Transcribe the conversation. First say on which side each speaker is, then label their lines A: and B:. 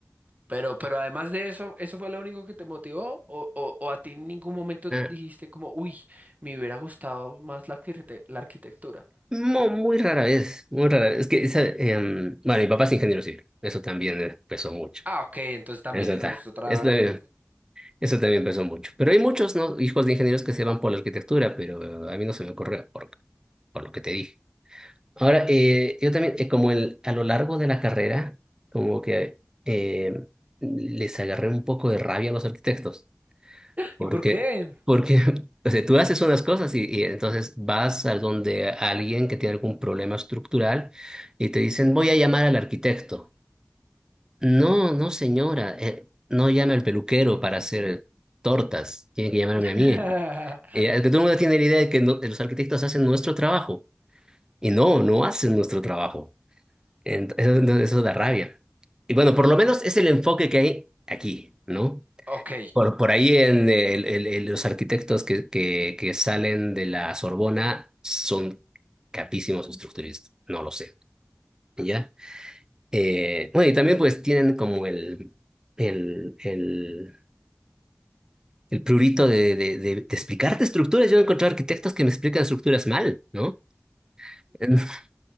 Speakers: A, on the right (about 35°); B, on the right (about 15°).
A: Pero, pero además de eso, ¿eso fue lo único que te motivó? ¿O, o, o a ti en ningún momento
B: ajá.
A: dijiste como, uy, me hubiera gustado más la, arquite- la arquitectura?
B: Mu- muy rara vez, muy rara vez. Es que, esa, em, bueno, mi papá es ingeniero civil, eso también eh, pesó mucho.
A: Ah, ok, entonces también
B: Eso, está
A: esa es otra.
B: eso también-
A: inf-
B: eso también pesó mucho. Pero hay muchos, ¿no? hijos de ingenieros que se van por la arquitectura, pero eh, a mí no se me ocurre por, por lo que te dije. Ahora, eh, yo también, eh, como el, a lo largo de la carrera, como que eh, les agarré un poco de rabia a los arquitectos. Porque,
A: ¿Y por qué?
B: porque, <laughs> o sea, tú haces unas cosas y, y entonces vas a donde alguien que tiene algún problema estructural y te dicen, voy a llamar al arquitecto. No, no, señora, eh, no llame al peluquero para hacer tortas, tiene que llamarme
A: <laughs>
B: a mí. Eh, es que todo el mundo tiene la idea de que no- los arquitectos hacen nuestro trabajo y no, no hacen nuestro trabajo. Ent- eso, eso da rabia. Y bueno, por lo menos
A: En-
B: es el enfoque que hay aquí, ¿no?
A: Ok.
B: Por, por ahí en el- el- el- los arquitectos que, que, que salen de la Sorbona son capísimos estructuristas, no lo sé, ¿ya? Eh, bueno, y también pues tienen como el, el, el, el prurito de, de, de- de explicarte estructuras. Yo he encontrado arquitectos que me explican estructuras mal, ¿no? <laughs>